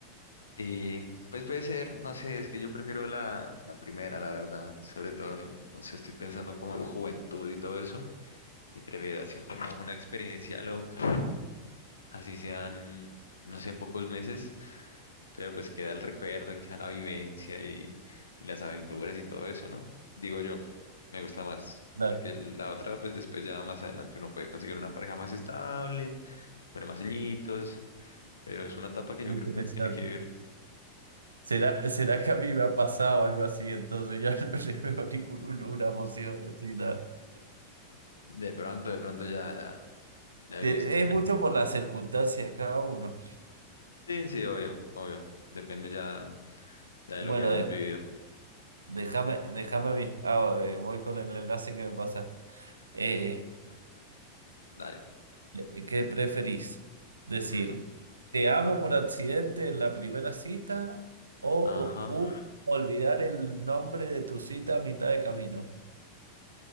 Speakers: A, on the left; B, on the right.
A: sí, pues puede ser, no sé, es que yo prefiero la, la primera, la verdad, sobre todo, n- no sé, estoy pensando como en juventud y todo eso, y prefiero así como una experiencia loca. así sean, no sé, pocos meses, pero pues queda el recuerdo, queda la vivencia y, y las aventuras y todo eso, ¿no? Digo yo, me gusta más,
B: Claro,
A: porque la otra, pues después ya más adelante uno puede conseguir una pareja más estable, sobre más añitos, pero es una etapa que yo
B: interesante.
A: creo que uno tiene que vivir.
B: ¿Será, será que a mí me ha pasado algo así? Entonces ya <laughs> no le veo ninguna emoción así, nada.
A: De pronto, de pronto ya, ya, ya
B: Te-
A: viviste.
B: Es mucho por las circunstancias de cada uno.
A: Sí, sí, obvio, obvio. Depende ya, ya de
B: Bueno,
A: lo que hayas
B: eh,
A: vivido.
B: déjame, déjame a mí. Ah, eh, voy con el enlace que me pasaste. Eh,
A: Dale.
B: eh, ¿qué preferís? Decir,
A: Ujú.
B: ¿te amo por accidente en la primera cita o,
A: Ajá.
B: o- u olvidar el nombre de tu cita a mitad de camino?